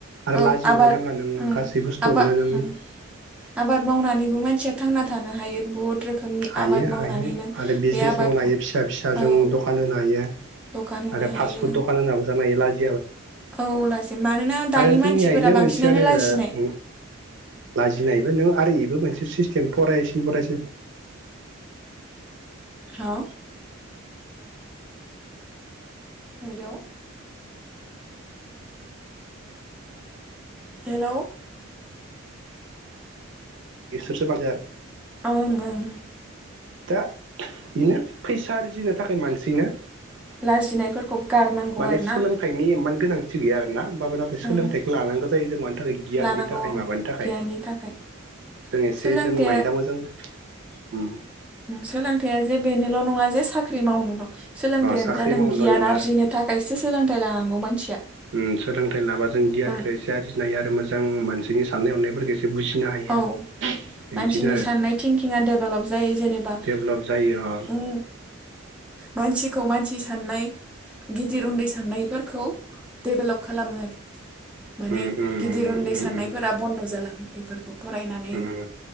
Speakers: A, on the right; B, in the centre.
A: आरो
B: औ
A: लाजिनोल'
B: आबाद
A: नाङा नों
B: उम
A: गासै बुस्थुआवनो
B: आबा
A: नों
B: उम आबाद मावनानैबो मानसिया थांना थानो हायो बुहुद रोखोमनि
A: हायो
B: आबाद मावनानै
A: हायो
B: नों
A: आरो बिजनेस
B: बे आबादखौ
A: मावनो हायो फिसा फिसा
B: औ
A: जों दखान होनो हायो।
B: दखान होनो
A: आरो
B: हायो
A: फास्फुद दखान होनाबो जानाय हायो लाजि
B: औ लाजि मानोना दानि
A: आरो जोंनिया
B: मानसिफोरा
A: इनो
B: बांसिनानो
A: मोनसे आरो
B: लाजिनाय
A: लाजिनायबो नों आरो इबो मोनसे सिस्टेम फरायसिन फरायसिन
B: औ। Hello hello.
A: एसोर <unintelligible>
B: ओं ओं
A: दा बेनो फैसा आरजिनो थाखाय मानसिनो
B: लाजिनायफोरखौ गारनांगौ
A: माने
B: आरोना।
A: सोलोंथाइनि इमान गोनांथि गैया आरो ना। होमबाबो नाथाय सोलोंथाइखौ
B: ओं
A: लानांगौ जायो जों मानि थाखाय गियाननि
B: लानांगौ
A: थाखाय
B: औ
A: माबानि थाखाय।
B: गियाननि थाखाय
A: जों एसे
B: सोलोंथाइया
A: जों माइन्दा मोजां उम।
B: सोलोंथाइया जे बेनोल' नङा जे साख्रि मावनोल' सोलोंथाइयानो
A: साख्रि
B: जादों
A: मावनोल'
B: गियान
A: नङा
B: आरजिनो
A: आरो
B: थाखायसो सोलोंथाइ लानांगौ मानसिया।
A: ओम सोलोंथाइ लाबा जों गियानखौ
B: ओं
A: एसे आरजिनाय आरो मोजां मानसिनि साननाय हनायफोरखौ जे बुजिनो हायो।
B: औ
A: बिदिनो
B: मानसिनि
A: आरो
B: साननाय थिंकिङा डेभेलप जायो जेनेबा
A: डेभलप जायो अ
B: उम मानसिखौ मानसि साननाय गिदिर उन्दै साननायफोरखौ डेभेलप खालामो। माने
A: उम उम
B: गिदिर उन्दै
A: उम
B: साननायफोरा
A: उम
B: बन्द' जालाङो। बेफोरखौ फरायनानै
A: उम